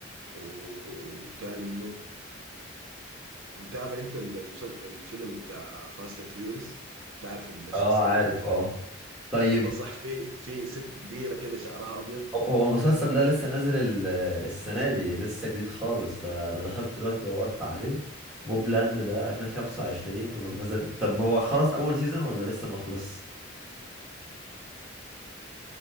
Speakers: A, on the right; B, in the centre.
A: وتاني منه متابع انت المسل... الفيلم بتاع فاست اند فيوريس تعرف الشخصيات
B: اه عارف
A: اللي فيه
B: اه طيب
A: يلا صح في في ست كبيره كده شعرها ابيض
B: هو هو المسلسل ده لسه نازل ال- السنة دي لسه جديد خالص ده أنا دخلت دلوقتي دورت عليه موبلاند ده 2025 ونزل طب هو خلص أول سيزون ولا لسه ما خلص؟